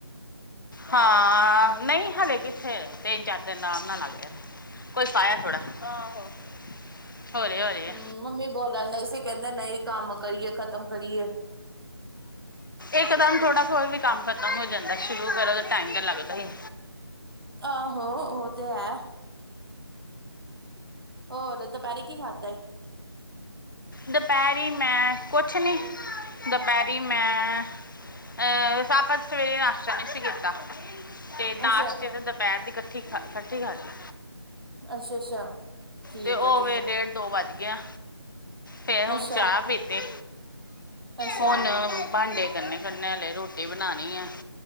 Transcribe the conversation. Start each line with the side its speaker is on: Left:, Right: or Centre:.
Left: ਹਾਂ, ਨਈ ਹਲੇ ਕਿਥੇ? ਤਿੰਨ-ਚਾਰ ਦਿਨ ਰਾਮ ਨਾਲ ਲੱਗ ਜਾਨੇ। ਕੋਈ ਫਾਇਆ ਥੋੜਾ, ਆਹੋ। ਹੋਲੀ- ਹੋਲੀ ਏ।
Right: ਹਮ ਮੰਮੀ ਬੋਲਣ ਡਈ ਸੀ ਕਹਿੰਦੇ ਨਹੀਂ ਕੰਮ ਕਰੀਏ ਖ਼ਤਮ ਕਰੀਏ
Left: ਇੱਕਦਮ ਥੋੜਾ ਕੋਈ ਵੀ ਕੰਮ ਖਤਮ ਹੋ ਜਾਂਦਾ ਸ਼ੁਰੂ ਕਰੋ ਤਾਂ ਟਾਈਮ ਤਾਂ ਲੱਗਦਾ ਈ ਏ।
Right: ਆਹੋ! ਉਹ ਤੇ ਹੈ। ਹੋਰ ਦੋਪੈਰੇ ਕੀ ਖਾਧਾ ਈ।
Left: ਦੋਪੈਰੀ ਮੈਂ ਕੁਛ ਨੀ, ਦੋਪੈਰੀ ਮੈਂ ਅਹ <unintelligible> ਸਵੇਰੇ ਨਾਸ਼ਤਾ ਨਈ ਸੀ ਕੀਤਾ ਤੇ ਨਾਸ਼ਤੇ
Right: ਅੱਛਾ
Left: ਤੇ ਦਪੈਰ ਦੀ ਕੱਠੀ ਖਾ, ਕੱਠੀ ਖਾਦੀ।
Right: ਅੱਛਾ ਅੱਛਾ ਠੀਕ
Left: ਤੇ
Right: ਹੈ
Left: ਓਵੇੇ
Right: ਠੀਕ ਹੈ
Left: ਡੇਢ-ਦੋ ਵੱਜ ਗਿਆ। ਫੇਰ ਹੁਣ
Right: ਅੱਛਾ
Left: ਚਾਹ ਪੀਤੀ,
Right: ਅੱਛਾ
Left: ਹੁਣ ਭਾਂਡੇੇ ਕਰਨੇ-ਕਰਨੇ ਹਲੇ ਰੋਟੀ ਬਨਾਨੀ ਏ।